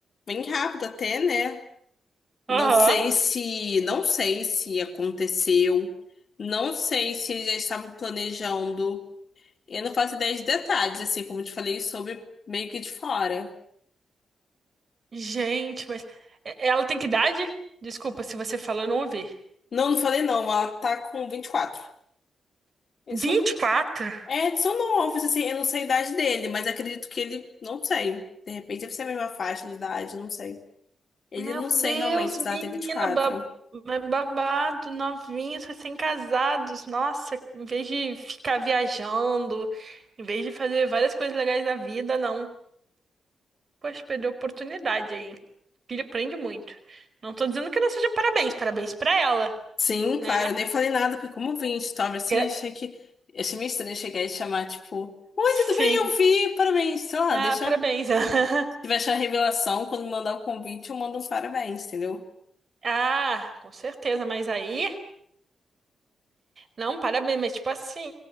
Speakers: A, on the left (about 55°); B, on the right (about 50°).
A: bem rápido até, né?
B: Aham.
A: Não sei se, não sei se aconteceu, não sei se eles já estavam planejando. Eu não faço ideia de detalhes, assim, como eu te falei, sobre meio que de fora.
B: Gente, mas e- ela tem que idade? Desculpa se você falou, eu não ouvi.
A: Não, não falei não, ela tá com 24. Eles
B: vinte
A: são,
B: e quatro.
A: é, são novos, assim, eu não sei a idade dele, mas acredito que ele, não sei. De repente deve ser a mesma faixa de idade, não sei. Ele
B: Meu
A: não sei
B: Deus,
A: realmente se ela
B: menina,
A: tem vinte e quatro.
B: ba- mas babado, novinhos, recém-casados. Nossa, em vez de ficar viajando, em vez de fazer várias coisas legais da vida, não. Poxa, perdeu a oportunidade aí. hein? Filho aprende muito. Não tô dizendo que não seja parabéns, parabéns pra ela,
A: Sim,
B: né?
A: claro, eu nem falei nada, porque como eu vi em story assim,
B: Gra-
A: achei que. Achei meio estranho chegar e chamar, tipo, Oi,
B: Sim.
A: tudo bem? Eu vi, parabéns. Sei lá,
B: Ah,
A: deixa.
B: parabéns. <laughs>
A: Se tiver achar a revelação, quando me mandar o convite, eu mando um parabéns, entendeu?
B: Ah, com certeza, mas aí, não, parabéns, mas tipo assim,